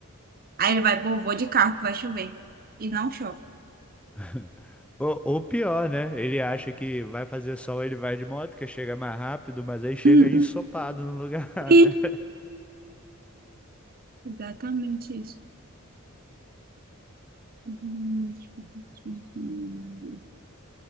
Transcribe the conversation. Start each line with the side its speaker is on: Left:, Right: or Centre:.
Right: Aí ele vai, pô, vou de carro que vai chover. E não chove.
Centre: <laughs> Ou, ou pior, né? Ele acha que vai fazer sol, ele vai de moto, que chega mais rápido, mas aí chega
Right: Hum,
Centre: ensopado no lugar, <laughs>
Right: E
Centre: né?
Right: Exatamente isso. <laughs>